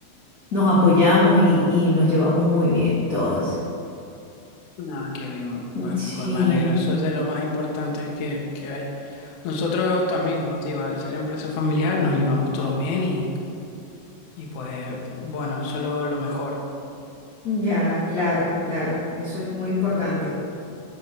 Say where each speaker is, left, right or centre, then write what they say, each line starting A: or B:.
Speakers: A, on the left (about 40°); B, on the left (about 60°).
A: nos apoyamos y, y nos llevamos muy bien todas.
B: Ah, qué bien, pues,
A: Sí,
B: pues me alegro. Eso es de lo más importante que, que hay. Nosotros también, como te digo, al ser empresa familiar nos llevamos todos bien y, y pues bueno, eso es lo, lo mejor.
A: Ya, claro, claro, eso es muy importante.